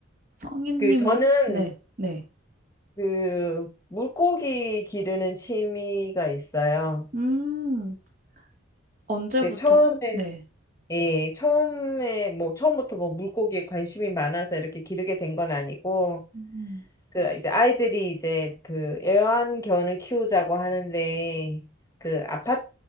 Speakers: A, on the right; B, on the left.
A: 성인님은
B: 그 저는
A: 네, 네.
B: 그 물고기 기르는 취미가 있어요.
A: 음, 언제부터?
B: 근데 처음에
A: 네.
B: 예, 처음에 뭐 처음부터 뭐 물고기에 관심이 많아서 이렇게 기르게 된 건 아니고
A: 음,
B: 그 이제 아이들이 이제 그 애완견을 키우자고 하는데 그 아파트